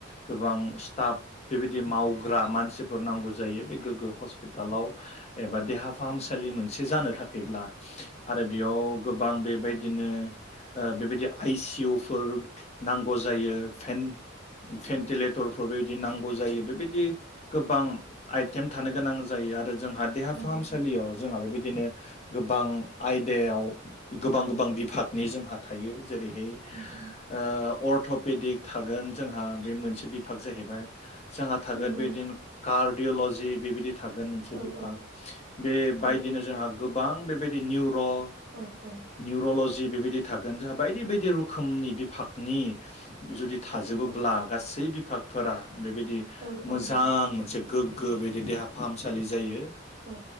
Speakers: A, on the left (about 35°); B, on the right (about 35°).
A: गोबां स्टाफ बेबायदि मावग्रा मानसि फोर नांगौ जायो बे गो हस्पिटालाव एबा देहा फाहामसालि मोनसे जानो थाखायब्ला आरो बेयाव गोबां बेबाय दिनो ओ बेबायदि आइसि इउ फोर नांगौ जायो। भेन-भेन्टिलेटर फोर बेबायदि नांगौ जायो बेबायदि गोबां आइटेम थानो गोनां जायो आरो जोंहा देहा
B: नंगौ
A: फाहामसा लियाव जोंहा बि दिनो गोबां आयदायाव गोबां गोबां
B: औ औ
A: बिफागनि जोंहा थायो। जेरैहाय
B: नंगौ
A: ओ अर्थ'पेदिक थागोन जोंहा बे मोनसे बि फाग जाहैबाय जोंहा थागोन
B: नंगौ
A: बेदिनो
B: नोंथां
A: कार्द किअ'लजि बिबायदि थागोन मोनसे
B: औ
A: बिफाग
B: औ
A: बेबायदिनो
B: औ
A: जोंहा गोबां बेबायदि निउ अ
B: औ
A: निउर'लजि बेबायदि थागोन जोंहा बायदि बाय दि रोखोमनि बिफाग नि जुदि
B: औ
A: थाजोबोब्ला
B: औ औ
A: गासै बिफागफोरा बेबायदि
B: औ औ
A: मोजां
B: नंगौ
A: मोनसे गोग्गो बेबायदि देहा फाहामसालि जायो
B: औ